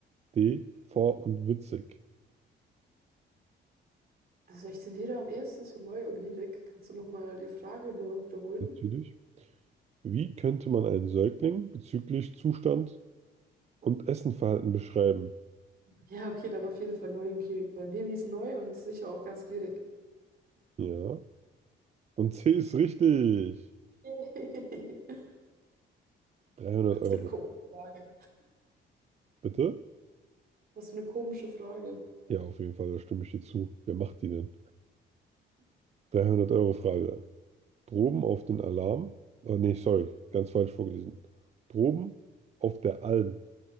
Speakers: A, on the right; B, on the right.
A: D. Vor und witzig.
B: Also ich tendiere am ehesten zu neu und gierig. Kannst du nochmal die Frage nur wiederholen?
A: Natürlich. Wie könnte man einen Säugling bezüglich Zustand und Essenverhalten beschreiben?
B: Ja, okay, dann auf jeden Fall neu und gierig, weil ein Baby ist neu und sicher auch ganz gierig.
A: Ja. Und C ist richtig.
B: <laughs>
A: 300
B: Was
A: Euro.
B: für eine komische Frage.
A: Bitte?
B: Was für eine komische Frage.
A: Ja, auf jeden Fall, da stimme ich dir zu. Wer macht die denn? 300 Euro Frage. Droben auf den Alarm, oh nee, sorry, ganz falsch vorgelesen. Droben auf der Alm